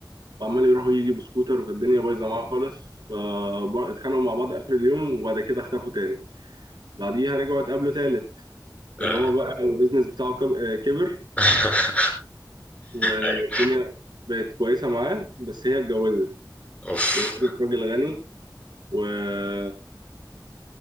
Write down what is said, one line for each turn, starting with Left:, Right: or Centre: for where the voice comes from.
Right: وعمال يروح ويجي بسكوتر فالدنيا بايظه معاه خالص فاتخانقوا مع بعض اخر اليوم وبعد كده اختفوا تاني بعديها رجعوا اتقابلوا تالت كان
Left: اه
Right: هو بقى البيزنس بتاعه كب- آه، كبر
Left: <laughs>
Right: والدنيا
Left: ايوه
Right: بقت كويسة معاه بس هي اتجوزت
Left: اوف
Right: اتجوزت راجل غني والراجل